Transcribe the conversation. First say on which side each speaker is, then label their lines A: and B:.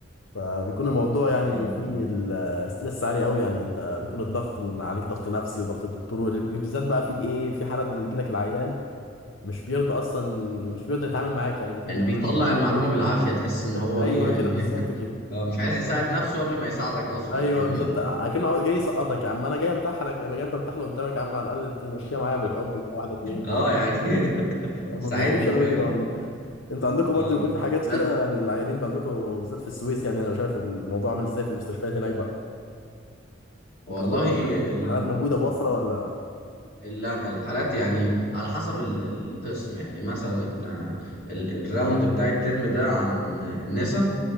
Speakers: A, on the left; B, on the left.
A: فبيكون الموضوع يعني
B: اه
A: فيه الستريس عالي قوي يعني أنت بيكون الضغط إن عليك ضغط نفسي وضغط الدكتور وبالذات بقى في إيه في حالات بيجي لك العيان مش بيرضى أصلا مش بيرضى يتعامل معاك يعني بيكون
B: يعني
A: بيتعامل
B: بيطلع المعلومه بالعافيه تحس
A: بيبدأ-
B: ان هو
A: أيوه
B: ايه يعني
A: كده بالظبط كده
B: <laughs> آه مش عايز
A: يعني
B: يساعد نفسه قبل ما يساعدك اصلا
A: ايوه
B: فاهمني
A: بالظبط اكنه عاوز- جاي يسقطك يا عم انا جاي امتحنك انا جاي امتحن قدامك يا عم على الاقل تمشيها معايا بالحب كده واحده اتنين
B: اه يعني <laughs>
A: ما
B: ساعدني
A: بيرضوش يعملوا
B: فاهمني
A: كده والله انتوا عندكم برضه
B: اه
A: بيكون في حاجات
B: بس
A: كده يعني العيانين بقى عندكم بالذات في السويس يعني انا شايف الموضوع عامل ازاي في المستشفيات هناك بقى
B: والله
A: انتوا عندكم الح-
B: ال...
A: الحالات موجوده بوفره ولا
B: ال- لا الحالات يعني على حسب ال- القسم يعني مثلا احنا ال- الراوند بتاع الترم ده عن النسا